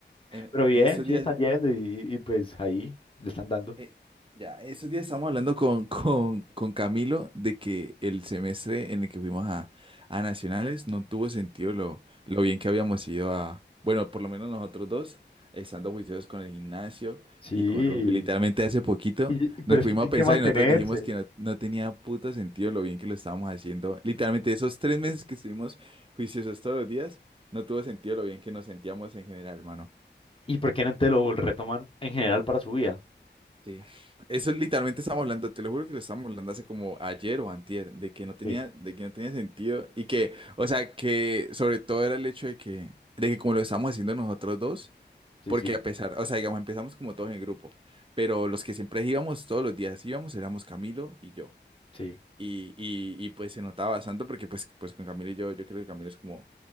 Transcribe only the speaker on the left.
Pero bien,
sí
están yendo y, y, pues ahí le están dando.
Sí,
y- y- pero
es que tienen
que mantenerse.
¿Y por qué no te lo retoman en general para su vida?
Sí,
sí,
sí,
sí,